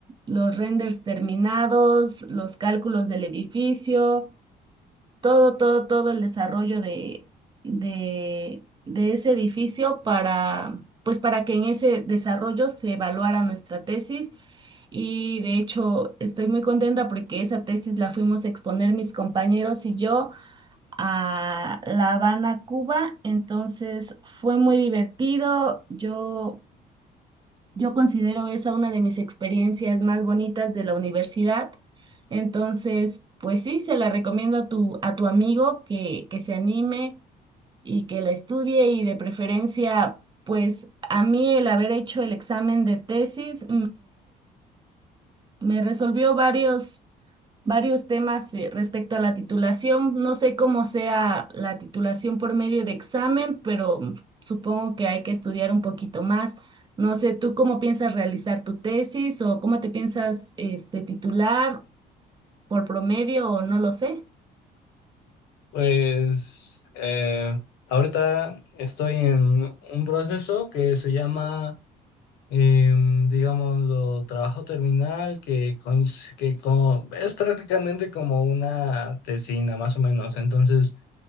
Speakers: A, on the right (about 25°); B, on the left (about 85°).
A: los renders terminados, los cálculos del edificio, todo, todo, todo el desarrollo de, de, de ese edificio para, pues para que en ese desarrollo se evaluara nuestra tesis. Y de hecho estoy muy contenta porque esa tesis la fuimos a exponer mis compañeros y yo a La Habana, Cuba. Entonces fue muy divertido. Yo, yo considero esa una de mis experiencias más bonitas de la universidad. Entonces, pues sí, se la recomiendo a tu, a tu amigo que, que se anime y que la estudie y de preferencia, pues a mí el haber hecho el examen de tesis me resolvió varios, varios temas eh, respecto a la titulación. No sé cómo sea la titulación por medio de examen, pero mm, supongo que hay que estudiar un poquito más. No sé, ¿tú cómo piensas realizar tu tesis o cómo te piensas este, titular por promedio o no lo sé?
B: Pues eh, ahorita estoy en un proceso que se llama... em, digámoslo, trabajo terminal que, coinc- que co- es prácticamente como una tesina, más o menos. Entonces,